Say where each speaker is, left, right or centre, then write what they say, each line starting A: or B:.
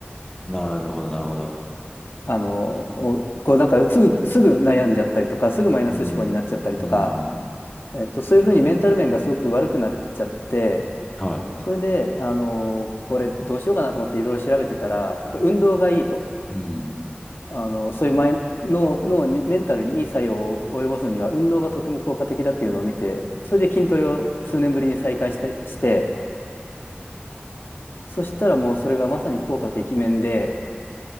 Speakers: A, on the left; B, on the left.
A: い。なるほど、なるほど。
B: あの、おこう、なんか、すぐ、すぐ悩んじゃったりとか、すぐマイナス思考になっちゃったりとか、
A: うん。うん。
B: えっと、そういうふうにメンタル面がすごく悪くなっちゃって、
A: は
B: それで、あの、これどうしようかなと思っていろいろ調べてたら、やっぱ運動がいいと。
A: い。うん。
B: あの、そういうマイ脳、脳に、メンタルにいい作用を及ぼすには運動がとても効果的だっていうのを見て、
A: うん
B: それで筋トレを数年ぶりに再開して、して、そしたらもうそれがまさに効果てきめんで、